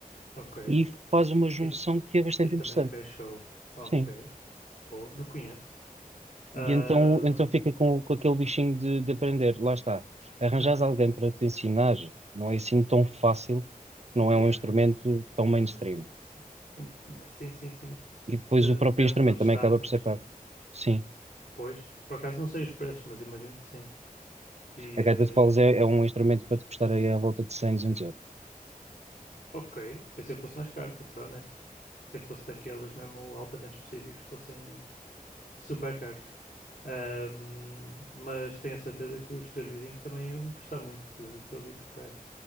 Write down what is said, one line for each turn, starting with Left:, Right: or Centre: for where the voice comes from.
Left: ok.
Right: e faz uma junção
Left: E,
Right: que é bastante
Left: e também
Right: interessante.
Left: encaixou. Ok,
Right: Sim.
Left: boa, não conheço. Ah,
Right: E então, então fica com, com aquele bichinho de, de aprender. Lá está. Arranjares
Left: Aham,
Right: alguém para te ensinar não é assim tão fácil, não é
Left: yeah,
Right: um instrumento tão mainstream.
Left: imagino que sim. In- Sim, sim, sim.
Right: E depois
Left: Eh,
Right: o
Left: depende
Right: próprio instrumento
Left: de onde
Right: também
Left: estás,
Right: acaba
Left: mas
Right: por ser
Left: sim.
Right: caro. Sim.
Left: Pois, por acaso não sei os preços, mas imagino que sim. E
Right: A gaita
Left: ah,
Right: de foles é, é um instrumento para te custar aí à volta de 100 200 euros.
Left: Ok, pensei que fosse mais caro, para te ser honesto. Sei que fosse daqueles mesmo altamente específicos que fossem super caros. Ahm, mas tenho a certeza que os teus vizinhos também iam gostar muito de te ouvir tocar.